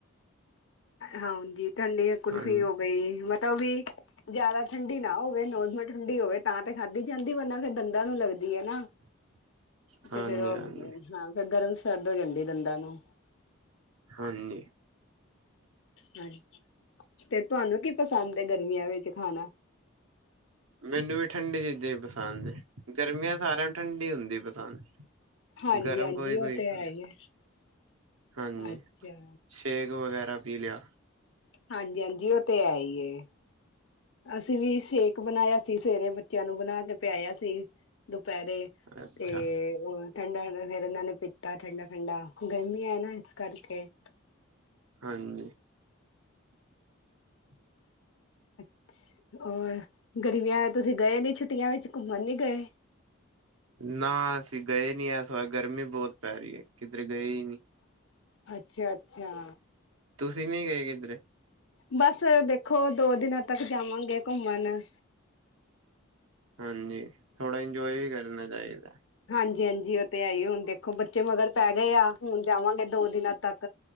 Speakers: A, on the left; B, on the right.
A: ਹਾਂਜੀ ਠੰਡੀ ਕੁੁਲਫੀ
B: ਹਾਂਜੀ
A: ਹੋ ਗਈ ਮਤਲਬ ਵੀ ਜਾਦਾ ਠੰਡੀ ਨਾ ਹੋਵੇ ਨੋਰਮਲ ਠੰਡੀ ਹੋਵੇ ਤਾਂ ਤੇ ਖਾਧੀ ਜਾਂਦੀ ਵੰਨਾ ਫਿਰ ਦੰਦਾਂ ਨੂੰ ਲੱਗਦੀ ਹੈ ਨਾ।
B: <inaudible> ਹਾਂਜੀ
A: ਤੇ ਫੇਰ ਉਹ
B: ਹਾਂਜੀ
A: ਹਾਂ ਫਿਰ ਗਰਮ ਸਰਦ ਹੋ ਜਾਂਦੀ ਦੰਦਾਂ ਨੂੰ।
B: ਹਾਂਜੀ।
A: ਹਾਂਜੀ ਤੇ ਤੁਹਾਨੂੰ ਕੀ ਪਸੰਦ ਹੈ ਗਰਮੀਆ ਵਿੱਚ ਖਾਣਾ।
B: ਮੈਨੂੰ ਵੀ ਠੰਡੀ ਚੀਜ਼ਾਂ ਹੀ ਪਸੰਦ ਹੈ। ਗਰਮੀਆ ਸਾਰਿਆ ਨੂੰ ਠੰਡੀ ਹੁੰਦੀ ਪਸੰਦ।
A: ਹਾਂਜੀ
B: ਗਰਮ
A: ਹਾਂਜੀ
B: ਕੋਈ-ਕੋਈ
A: ਉਹ ਤੇ
B: ਖਾ
A: ਹੈ ਹੀ ਹੈ
B: ਹਾਂਜੀ,
A: ਅੱਛਾ
B: ਸ਼ੇਕ ਵਗੈਰਾ ਪੀ ਲਿਆ।
A: ਹਾਂਜੀ-ਹਾਂਜੀ ਉਹ ਤੇ ਐ ਈ ਏ। ਅਸੀ ਵੀ ਸ਼ੇਕ ਬਣਾਇਆ ਸੀ ਸਵੇਰੇ ਬੱਚਿਆ ਨੂੰ ਬਣਾ ਕੇ ਪਿਆਇਆ ਸੀ। ਦੁਪਹਿਰੇ
B: ਅੱਛਾ
A: ਤੇ ਉਹ ਠੰਡਾ ਫੇਰ ਇਹਨਾਂ ਨੇ ਪੀਤਾ ਠੰਡਾ-ਠੰਡਾ ਗਰਮੀ ਹੈ ਨਾ ਇਸ ਕਰਕੇ।
B: ਹਾਂਜੀ। <inaudible>
A: ਅੱਛ ਹੋਰ ਗਰਮੀਆ ਤੁਸੀ ਗਏ ਨੀ ਛੁੱਟੀਆ ਵਿੱਚ ਘੁੰਮਣ ਨੀ ਗਏ।
B: ਨਾ ਅਸੀ ਗਏ ਨਹੀ ਇਸ ਵਾਰ ਗਰਮੀ ਬਹੁਤ ਪੈ ਰਹੀ ਹੈ। ਕਿੱਧਰ ਗਏ ਹੀ ਨੀ
A: ਅੱਛਾ-ਅੱਛਾ।
B: ਤੁਸੀਂ ਨੀ ਗਏ ਕਿੱਧਰੇ।
A: ਬਸ ਦੇਖੋ ਦੋ ਦਿਨਾ ਤੱਕ ਜਾਵਾਂਗੇ ਘੁੰਮਣ।
B: ਹਾਂਜੀ ਥੋੜਾ ਇੰਜੋਏ ਵੀ ਕਰਨਾ ਚਾਹੀਦਾ।
A: ਹਾਂਜੀ-ਹਾਂਜੀ ਉਹ ਤੇ ਹੈ ਹੀ ਏ ਹੁਣ ਦੇਖੋ ਬੱਚੇ ਮਗਰ ਪੈ ਗਏ ਆ ਹੁਣ ਜਾਵਾਂਗੇ ਦੋ ਦਿਨਾ ਤੱਕ।